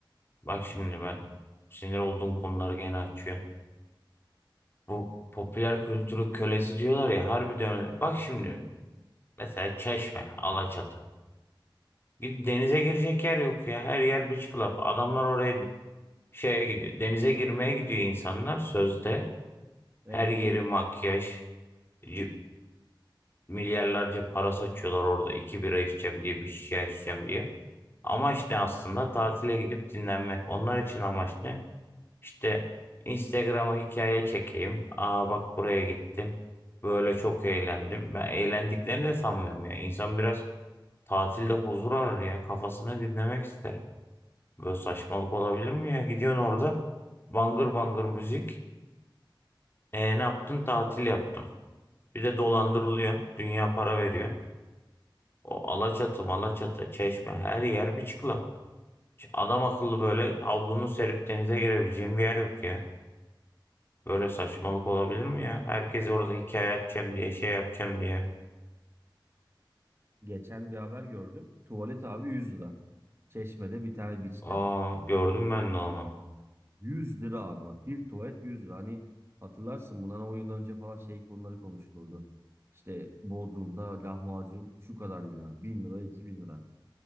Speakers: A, on the left (about 25°); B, on the right (about 30°).
A: Bak şimdi ben sinir olduğum konuları gene açıyorsun. Bu popüler kültürün kölesi diyorlar ya harbiden öyle. Bak şimdi mesela Çeşme, Alaçatı. Gid denize girecek yer yok ya. Her yer beach club. Adamlar oraya şeye gidiyor. Denize girmeye gidiyor insanlar sözde.
B: Evet.
A: Her yeri makyaj. c- Milyarlarca para saçıyorlar orada. iki bira içeceğim diye bir şişe içeceğim diye. Amaç ne aslında? Tatile gidip dinlenmek. Onlar için amaç ne? İşte Instagram'a hikaye çekeyim. Aa bak buraya gittim. Böyle çok eğlendim. Ben eğlendiklerini de sanmıyorum ya. İnsan biraz tatilde huzur arar ya. Kafasını dinlemek ister. Böyle saçmalık olabilir mi ya? Gidiyorsun orada bangır bangır müzik. E, ne yaptın? Tatil yaptım. Bir de dolandırılıyorsun. Dünya para veriyor. O Alaçatı, Malaçatı, Çeşme her yer beach club. Adam akıllı böyle havlunu serip denize girebileceğim bir yer yok ya. Böyle saçmalık olabilir mi ya? Herkes orada hikaye açacağım diye şey yapacağım diye.
B: Geçen bir haber gördüm. Tuvalet abi 100 lira. Çeşme'de bir tane beach'te.
A: Aa gördüm ben de onu.
B: 100 lira abi bak bir tuvalet 100 lira. Hani hatırlarsın bundan 10 yıl önce falan şey konuları konuşulurdu. İşte Bodrum'da lahmacun şu kadar lira. bin lira 2000 lira.